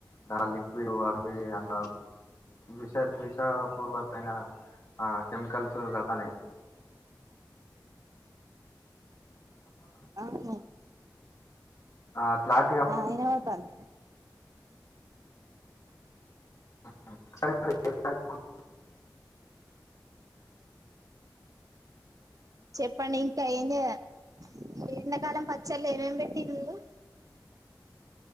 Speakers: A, on the left; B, on the right.
A: దాంట్లో లిక్విడ్ అవి అంత విష విష పూర్వతయిైన ఆ కెమికల్స్ కలతన్నాయి
B: ఆ మరి
A: ఆ క్లారిటీగా
B: ఆ వినపడతాంది
A: <inaudible>
B: చెప్పండి ఇంకా ఏం చేయాలి ఎండాకాలం పచ్చళ్ళు ఏమేమి పెట్టిర్రు మీరు